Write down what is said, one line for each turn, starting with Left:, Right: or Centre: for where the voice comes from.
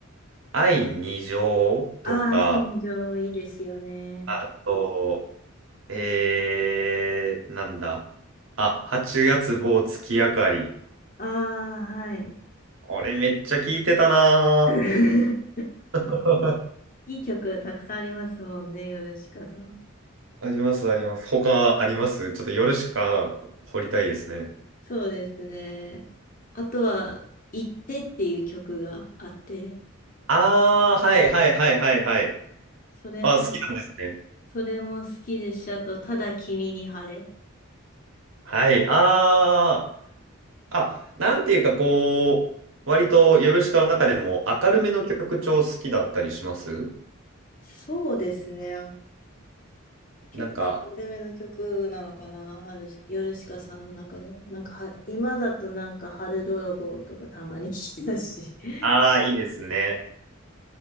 Right: 愛二乗とか、
Left: ああ、愛の情いいですよね。
Right: あと、えー、なんだ。あ、8月某月明かり。
Left: ああ、はい。
Right: これめっちゃ聞いてたなー。
Left: <laughs>
Right: <laughs>
Left: いい曲たくさんありますもんね、ヨルシカさん。
Right: あります、あります。他ありますちょっと夜しか掘りたいですね。
Left: そうですね。あとは、行ってっていう曲があって、
Right: ああ、はいはいはいはいはい。
Left: それも、
Right: あ、好きなんですね。
Left: それも好きですし、あと、ただ君に晴れ。
Right: はい。ああ、あ、なんていうかこう、割と夜しかの中でも明るめの曲調好きだったりします
Left: そうですね。結構アカデミーの曲なのかな、
Right: なんか、
Left: 春ヨルシカさんの中では。なんかは、今だとなんか、春泥棒とかたまに聞いてたし。<laughs>
Right: ああ、いいですね。